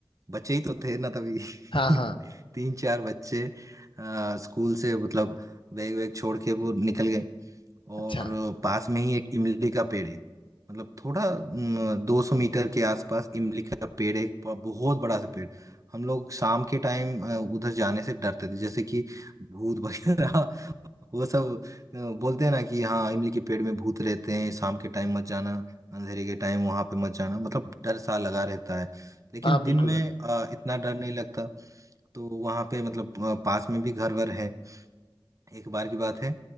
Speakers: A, on the right; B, on the left.
A: बच्चे ही तो थे ना तभी
B: हाँ
A: <laughs>
B: हाँ
A: तीन चार बच्चे अ, स्कूल से मतलब बैग वैग छोड़ के वो निकल गए और
B: अच्छा
A: पास में ही एक इमली का पेड़ है मतलब थोड़ा दो सौ मीटर के आसपास इमली का पेड़ है एक ब- बहुत बड़ा सा पेड़ हम लोग शाम के टाइम अ, उधर जाने से डरते थे जैसे कि भूत वगैरह <laughs> वो सब अ, बोलते हैं ना कि हाँ इमली के पेड़ में भूत रहते हैं शाम के टाइम मत जाना अंधेरे के टाइम वहां पे मत जाना मतलब डर सा लगा रहता है लेकिन
B: हाँ
A: दिन
B: बिल्कुल
A: में अ, इतना डर नहीं लगता तो वहां पे मतलब अ, पास में भी घर वर है एक बार की बात है